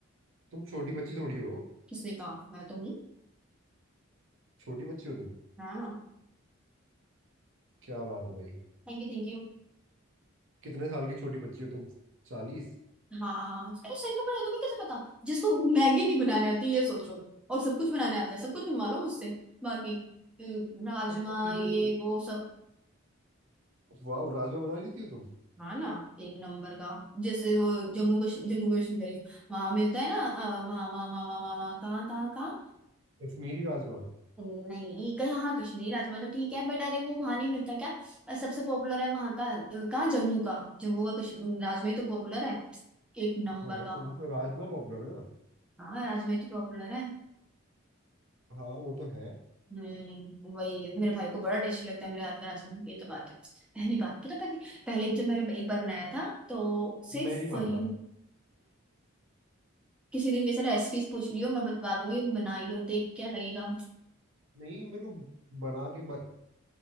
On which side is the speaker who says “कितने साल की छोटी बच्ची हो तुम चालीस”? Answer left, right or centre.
Right